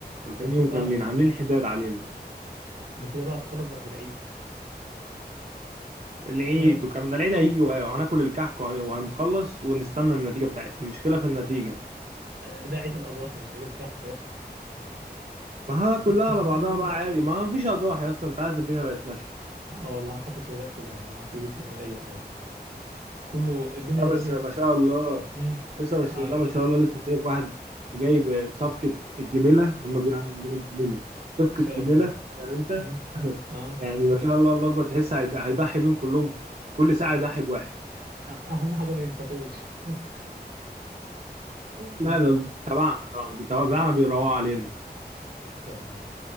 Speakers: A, on the right; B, on the right.
A: 40
B: ده كده
A: يوم
B: بقى
A: كاملين عاملين حداد علينا
B: ده كده بقى تخلص بعد العيد
A: العيد
B: ها؟
A: وكمان ده العيد هيجي وه- وهناكل الكحك وهن- وهنخلص ونستنى النتيجه بتاعتها المشكله في النتيجه
B: ده عيد الأضاحي مش عيد الكحف بقى
A: ما ها
B: <laughs>
A: كلها
B: انت
A: على
B: مالك؟
A: بعضها بقى عادي ما فيش اضاحي اصلا انت عارف الدنيا بقت ماشيه
B: اه والله ما حدش دلوقتي ده معاه فلوس يعمل أي حاجة كله الدنيا
A: لا بس
B: غليت
A: ما شاء الله
B: امم
A: لسه مش
B: آه.
A: لا ما شاء الله لسه شايف واحد جايب بصفقة الجميلة لما بيقولوا عليها عندنا الجميلة صفقة
B: ما شاء
A: جميلة
B: الله
A: فاهم انت
B: امم
A: <laughs>
B: اه
A: يعني ما شاء الله الله اكبر تحس هيض- هيضحي بيهم كلهم كل ساعة يضحي بواحد
B: أ- أهم حاجة ما ينساكوش <laughs> ما
A: لا ده تبعنا طبعا بيتابعنا بيروقوا علينا
B: ما شاء الله